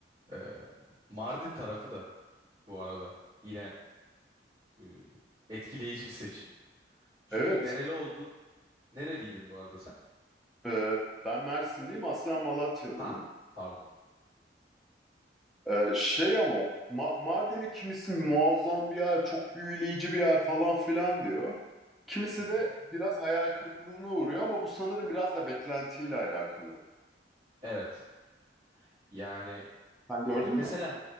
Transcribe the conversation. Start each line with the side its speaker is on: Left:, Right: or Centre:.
Right: Ee, Mardin tarafı da bu arada yine e, etkileyici bir seçim. Çünkü
Centre: Evet,
Right: nereli oldun? Nereliydin bu arada sen?
Centre: e, ben Mersinliyim, aslen Malatyalıyım.
Right: Ha, pardon.
Centre: Ee, şey ama Ma- Mardin'i kimisi muazzam bir yer, çok büyüleyici bir yer falan filan diyor. Kimisi
Right: Hı hı.
Centre: de biraz hayal kırıklığına uğruyor ama bu sanırım biraz da beklentiyle alakalı.
Right: Evet. Yani
Centre: Sen
Right: e,
Centre: gördün
Right: mesela
Centre: mü?